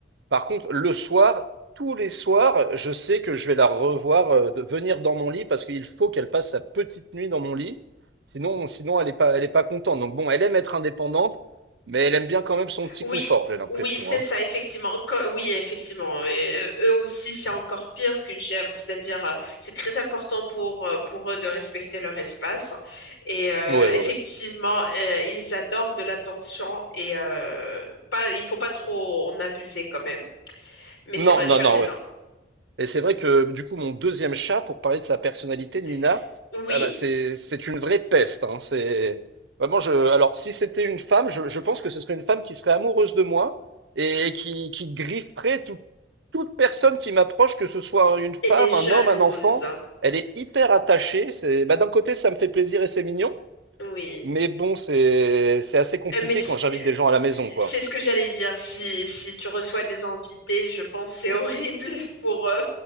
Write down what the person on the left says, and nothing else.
Oui,
oui, c'est ça,
effectivement. Co- oui, effectivement. Et, euh, eux aussi, c'est encore pire qu'une chèvre. C'est-à-dire, euh, c'est très important pour, euh, pour eux de respecter leur espace. Et euh,
effectivement,
euh, ils adorent de l'attention et euh, pas, il faut pas trop en abuser quand même. Mais
c'est vrai,
tu
as raison.
Euh, Oui,
et les jalouses.
Oui.
Euh, Mais c-
euh,
c'est ce que j'allais dire. Si, si tu reçois des invités, je pense que c'est horrible <laughs> pour eux.